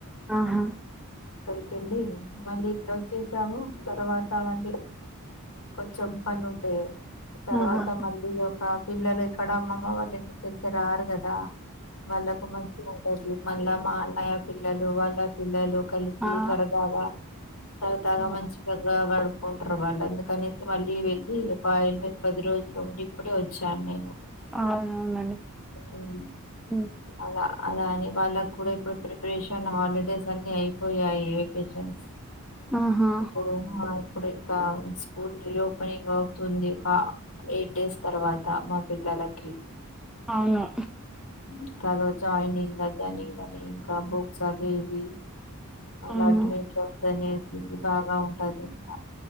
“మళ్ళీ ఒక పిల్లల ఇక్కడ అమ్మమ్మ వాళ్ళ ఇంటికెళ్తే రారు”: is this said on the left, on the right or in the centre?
Left